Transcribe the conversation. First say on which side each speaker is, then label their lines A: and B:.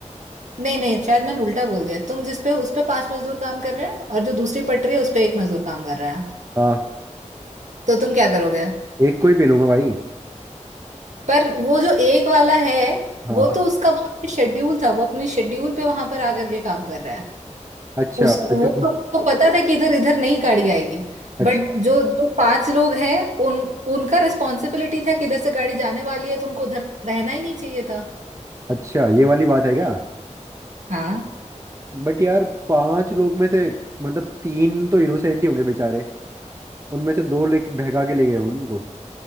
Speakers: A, on the right; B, on the right.
A: नहीं नहीं शायद मैंने उल्टा बोल दिया तुम जिस पे उस पे पांच मजदूर काम कर रहे हैं और जो दूसरी पटरी है उस पे एक मजदूर काम कर रहा है
B: हाँ
A: तो तुम क्या करोगे
B: एक कोई भी लूंगा भाई
A: पर वो जो एक वाला है
B: हाँ
A: वो तो उसका वहां पे शेड्यूल था वो अपनी शेड्यूल पे वहां पर आकर के काम कर रहा है
B: अच्छा
A: उस
B: और
A: वो
B: जो
A: तो उसको पता था कि इधर इधर नहीं गाड़ी आएगी
B: अच्छा
A: बट जो जो पांच लोग हैं उन उनका रिस्पॉन्सिबिलिटी था कि इधर से गाड़ी जाने वाली है तुमको उधर रहना ही नहीं चाहिए था
B: अच्छा ये वाली बात है क्या
A: हाँ
B: बट यार पांच लोग में से मतलब तीन तो इनोसेंट ही होंगे बेचारे उनमें से दो ले भगा के ले गए उनको